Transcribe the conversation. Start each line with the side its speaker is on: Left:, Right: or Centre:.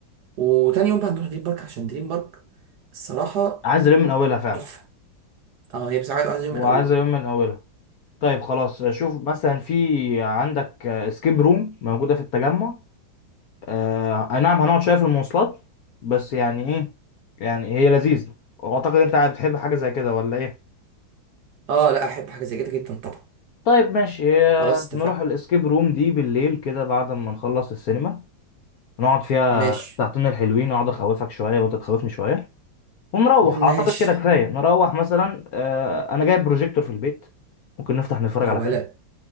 Right: وتاني يوم بقى نروح دريم بارك عشان دريم بارك الصراحه
Left: عايز يوم من اولها فعلا
Right: تحفه اه هي بصراحه عايز يوم
Left: وعايزه
Right: من اوله
Left: يوم من اولها طيب خلاص شوف مثلا في عندك سكيب روم موجوده في التجمع آه اي نعم هنقعد شويه في المواصلات بس يعني ايه يعني هي لذيذه واعتقد انت بتحب حاجه زي كده ولا ايه
Right: اه لا احب حاجه زي كده جدا طبعا
Left: طيب ماشي آه،
Right: خلاص اتفقنا
Left: نروح الاسكيب روم دي بالليل كده بعد ما نخلص السينما نقعد فيها
Right: ماشي
Left: ساعتين الحلوين اقعد اخوفك شويه وانت تخوفني شويه ونروح
Right: <laughs> ماشي
Left: اعتقد كده كفايه نروح مثلا آه، انا جايب بروجيكتور في البيت ممكن نفتح نتفرج
Right: يا
Left: على
Right: ولد
Left: فيلم